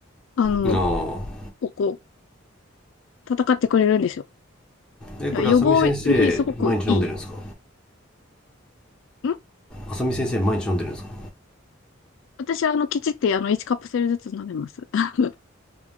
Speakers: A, on the left (about 65°); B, in the centre.
A: あの、
B: るのああ。
A: ここ、戦ってくれるんですよ。
B: え、これ、
A: だから予防にすごくいい。
B: 浅見先生、毎日飲んでるんですか
A: ん
B: 浅見先生、毎日飲んでるんですか
A: 私、あの、きちって、あの、1カップセルずつ飲んでます。<laughs>